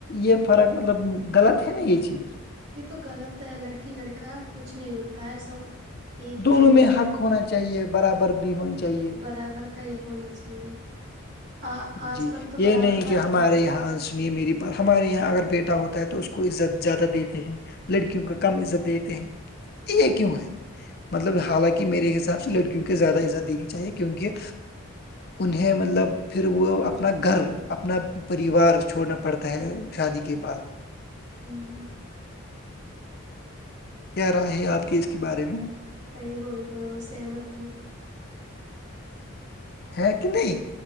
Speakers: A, on the left; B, on the right.
A: یہ فرق مطلب غلط ہے نا یہ چیز
B: یہ تو غلط ہے لڑکی لڑکا کچھ نہیں ہوتا ہے سب ایک
A: دونوں
B: ہی جگہ
A: میں
B: سے
A: حق
B: آ
A: ہونا چاہیے برابر بھی ہونی چاہیے
B: برابر کا ہونا چاہیے آ آج
A: جی
B: کل تو
A: یہ
B: برابر
A: نہیں
B: کا
A: کہ ہمارے
B: ہ
A: یہاں سنیے میری بات ہمارے یہاں اگر بیٹا ہوتا ہے تو اس کو عزت زیادہ دیتے ہیں لڑکیوں کو کم عزت دی دیتے ہیں یہ کیوں ہے مطلب حالانکہ میرے حساب سے لڑکیوں کے زیادہ ازت دینی چاہیے کیونکہ انہیں مطلب پھر وہ اپنا گھر اپنا پریوار چھوڑنا پڑتا ہے شادی کے بعد
B: ہوں <inaudible>
A: کیا رائے ہے آپ کی اس کے بارے میں
B: کئی بول رہے ہو سیمت
A: ہ کہ نہیں